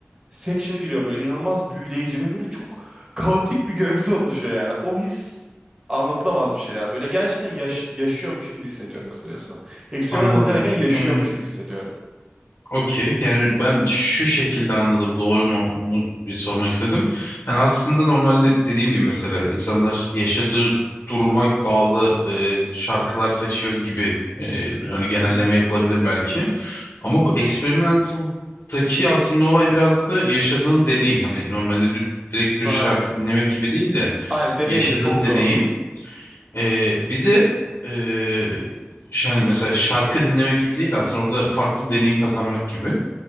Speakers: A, on the right (about 15°); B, on the left (about 75°).
A: section'ı giriyor böyle inanılmaz büyüleyici ve böyle çok kaotik bir görüntü oluşuyor yani. O his anlatılamaz bir şey ya. Böyle gerçekten yaş- yaşıyormuş gibi hissediyorum kısacası. Experimental
B: Anladım.
A: derken yaşıyormuş
B: Ee,
A: gibi hissediyorum.
B: okey. Yani ben şu şekilde anladım. Doğru mu? Onu bir sormak istedim. Yani aslında normalde dediğim gibi mesela insanlar yaşadığı duruma bağlı e, şarkılar seçiyor gibi e, yani genelleme
A: Hı hı.
B: yapılabilir belki. Ama bu experimental'daki aslında olay biraz da yaşadığın deneyim. Hani normalde dü- direkt düz
A: Aynen.
B: şarkı dinlemek gibi değil de
A: Aynen deneyim
B: yaşadığın
A: çok
B: deneyim.
A: doğru.
B: Ee, bir de ee, ş- hani mesela şarkı dinlemek gibi değil de aslında orada farklı bir deneyim kazanmak gibi.